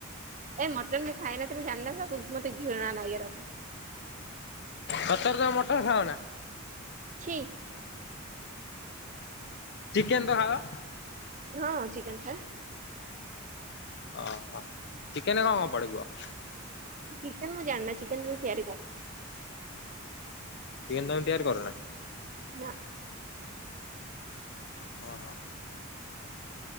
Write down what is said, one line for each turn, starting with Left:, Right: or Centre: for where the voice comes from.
Right: ଏ ମଟନ ବି ଖାଇନ ତମେ ଜାଣିନ ତାକୁ ମତେ ଘିଣା ନାଗେ ଏରାକୁ।
Left: ସତର ତମ ମଟନ ଖାଅ ନା।
Right: ଛି
Left: ଚିକେନ ତ ଖାଅ।
Right: ହଁ ଚିକେନ ଖାଏ।
Left: ଓ ହୋ ଚିକେନ ଙ୍କ ଙ୍କ ପଡେ କୁହ।
Right: ଚିକେନ ମୁଁ ଜାଣନା ଚିକେନ ମୁଁ ତିଆରି କର।
Left: ଚିକେନ ତମେ ତିଆର କର ନା।
Right: ନା।
Left: ଓହୋ।